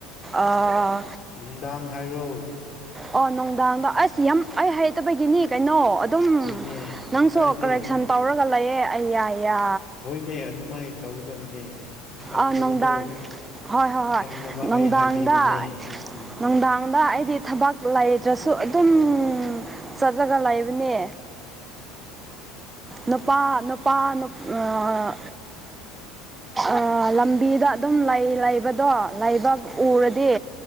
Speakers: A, on the right; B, on the left.
A: ꯑꯥ
B: ꯅꯨꯡꯗꯥꯡ ꯍꯥꯏꯔꯣ
A: ꯑꯣ ꯅꯨꯡꯗꯥꯡꯗ ꯑꯁ ꯌꯥꯝ ꯑꯩ ꯍꯩꯇꯕꯒꯤꯅꯤ ꯀꯩꯅꯣ ꯑꯗꯨꯝ
B: ꯍꯣꯏꯅꯦ
A: ꯅꯪꯁꯨ
B: ꯀꯥꯏꯗꯦ
A: ꯀꯔꯦꯛꯁꯟ ꯇꯧꯔꯒ ꯂꯩꯌꯦ ꯑꯩꯌꯥ ꯌꯥ
B: ꯍꯣꯏꯅꯦ ꯑꯗꯨꯃꯥꯏꯅ ꯇꯧꯒꯗꯕꯅꯦ ꯈꯪꯗꯕꯗꯣ
A: ꯑꯥ ꯅꯨꯡꯗꯥꯡ ꯍꯣꯏ ꯍꯣꯏ ꯍꯣꯏ
B: ꯈꯪꯅꯕ
A: ꯅꯨꯡꯗꯥꯡꯗ
B: ꯑꯩ ꯍꯥꯏꯕꯤꯕꯅꯦ ꯎꯝ
A: ꯅꯨꯡꯗꯥꯡꯗ ꯑꯩꯗꯤ ꯊꯥꯕꯛ ꯂꯩꯇ꯭ꯔꯥꯁꯨ ꯑꯗꯨꯝ ꯆꯠꯂꯒ ꯂꯩꯕꯅꯤ ꯅꯨꯄꯥ ꯅꯨꯄꯥ ꯅꯨꯞ ꯑꯥ ꯑꯥ ꯂꯝꯕꯤꯗ ꯑꯗꯨꯝ ꯂꯩ ꯂꯩꯕꯗꯣ ꯂꯩꯕꯛ ꯎꯔꯥꯗꯤ